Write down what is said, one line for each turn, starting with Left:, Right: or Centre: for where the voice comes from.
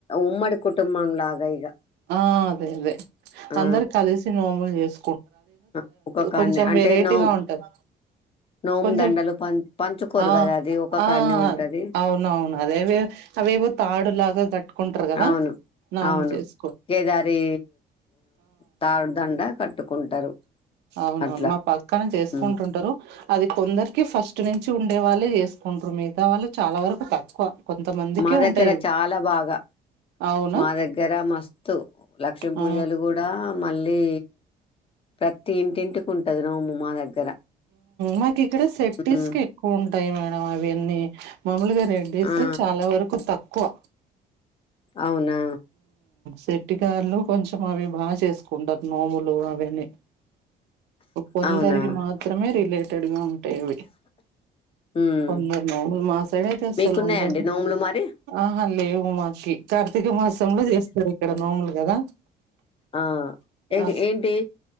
Left: ఉమ్మడి కుటుంబం లాగా ఇగ
Right: ఆ అదే అదే
Left: ఆ
Right: అందరు కలిసి నోములు చేసు
Left: ఆ! ఒక కాన్నే
Right: కొంచెం
Left: అంటే
Right: వెరైటీగా
Left: నో
Right: ఉంటాది
Left: నోము
Right: కొంచెం
Left: దండలు పం పంచుకోరు
Right: ఆ
Left: కదా అది ఒక
Right: ఆ
Left: కాన్నే ఉంటది
Right: అవును అవును అదేదే అవేవో తాడు లాగా కట్టుకుంటారు కదా
Left: అవును
Right: నాము
Left: అవును
Right: చేస్
Left: కేదారి తాడుదండ కట్టుకుంటారు
Right: అవునవును
Left: అట్లా
Right: మా పక్కన చేసుకుంటుంటారు
Left: హ్మ్.
Right: అది కొందరికి ఫస్ట్ టు నేంచు ఉండే వాళ్ళే జేసుకుంటారు మిగతా వాళ్ళు చాలా వరకు తక్కువ కొంతమందికే
Left: మా దగ్గర
Right: ఉంటాయి అవి.
Left: చాలా బాగా
Right: అవునా
Left: మా దగ్గర మస్తు లక్ష్మీ పూజలు
Right: ఆ
Left: కూడా మళ్ళీ ప్రతి ఇంటింటికి ఉంటాది నోము మా దాం
Right: మాకి ఇక్కడ సెట్టిస్
Left: ఉమ్
Right: కి ఎక్కువ ఉంటాయి మేడం అవన్నీ మామూలు గా డేస్
Left: ఆ
Right: చాలా వరకు తక్కువ
Left: అవునా
Right: శెట్టికారులు కొంచెం అవి బాగా చేసుకుంటారు నోములు అవని కొందరికి
Left: అవునా
Right: మాత్రమే రిలేటెడ్ గా ఉంటాయి అవి
Left: ఉమ్
Right: కొందరు నొములు మా సైడ్ చేస్తారు
Left: మీకున్నాయండి
Right: <unintelligible>
Left: నోములు మరి
Right: మాకి కార్తీక మాసంలో చేస్తారు ఇక్కడ నోములు కదా
Left: ఆ <unintelligible>
Right: ఆ
Left: ఏంటి